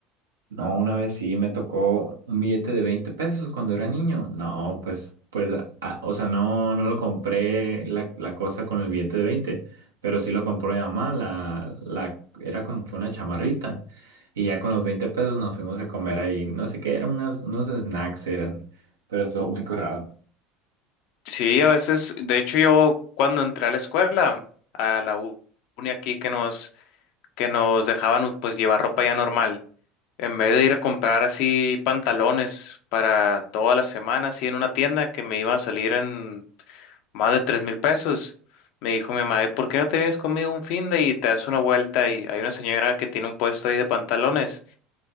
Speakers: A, on the right; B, on the left.
A: No, una vez sí me tocó un billete de 20 pesos cuando era niño. No, pues, pues, ah, o sea, no, no lo compré la, la cosa con el billete de veinte pero sí lo compró mi mamá, la, la, era como que una chamarrita. Y ya con los 20 pesos nos fuimos a comer ahí, no sé qué, eran unas- unos snacks eran, pero estuvo muy curado.
B: Sí, a veces, de hecho yo cuando entré a la escuela, a la u- uni aquí que nos, que nos dejaban pues llevar ropa ya normal, en vez de ir a comprar así pantalones para toda la semana, así en una tienda que me iban a salir en más de tres mil pesos, me dijo mi mamá, "Ay, ¿por qué no te vienes conmigo un fin de y te das una vuelta? Y hay una señora que tiene un puesto ahí de pantalones.